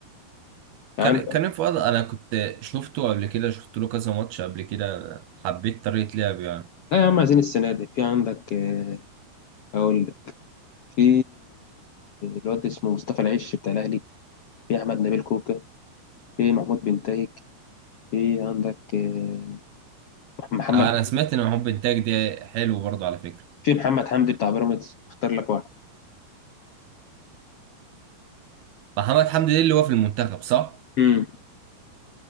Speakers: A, on the left (about 70°); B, on the right (about 65°).
A: عندك
B: كر- كريم فؤاد انا كنت شفته قبل كده شفت له كذا ماتش قبل كده حبيت طريقة لعبه يعني
A: لا يا عم عايزين السنه دي في عندك آه، اقول لك. في الواد اسمه مصطفى العش بتاع الاهلي في احمد نبيل كوكا في محمود بنتايج في عندك آه، محمد
B: انا سمعت ان محمد بنتاج ده حلو برضه على فكرة
A: في محمد حمدي بتاع بيراميدز اختار لك واحد
B: محمد حمدي ده اللي هو في المنتخب صح
A: امم